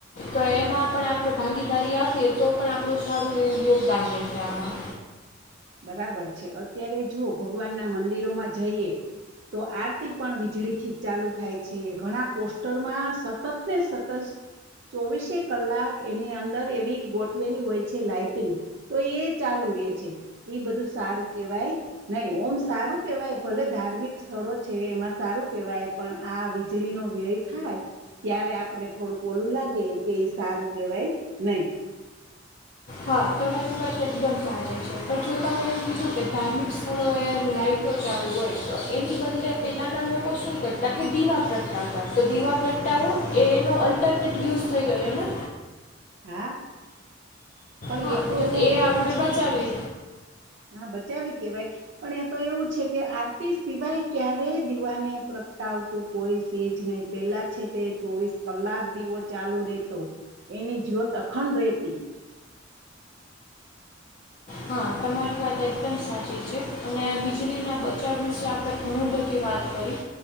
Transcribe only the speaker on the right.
બરાબર છે અત્યારે જો ભગવાનના મંદિરોમાં જઈએ તો આરતી પણ વીજળી થી ચાલુ થાય છે ઘણા પોસ્ટરમાં સતત ને સતત ચોવીસે કલાક એની અંદર એવી ગોઠવેલી હોય છે લાાઈટિંગ તો એ ચાલુ રહેે છે એ બધું સારું કેહેવાય નહીિ ઓમ સારું કેહેવાય ભલે ધાર્મિક સ્થળો છે એમાં સારું કેહેવાય પણ આ વીજળીનોો વ્યય થાય ત્યારે આપને થોડુંક ઓલું લાગે કે એ સારું કેહેવાય નહી
હા પણ
એ તો
એવું છે
હા બચાવી કેવાય પણ એ તો એવું છે કે આરતી સિવાય ક્યારે દીવાને પ્રગટાવ કોઈ સજ નહી પેલા છે તે ચોવીસ કલાક દીવો ચાલુ રેતો એની જ્યોત અખંડ રેતી